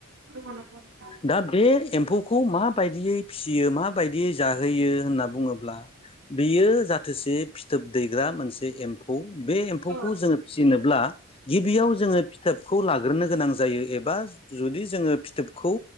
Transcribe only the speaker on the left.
दा बे एम्फौखौ मा बायदियै फिसियो माबायदियै जाहोयो होनना बुङोब्ला बेयो जा थोसि फिथोब दैग्रा मोनसे एम्फौ बे एम्फौखौ
जोङो फिसिनोब्ला गिबियाव जोङो फिथोबखौ लाग्रोनो गोनां जायो एबा जुदि जोङो फिथोबखौ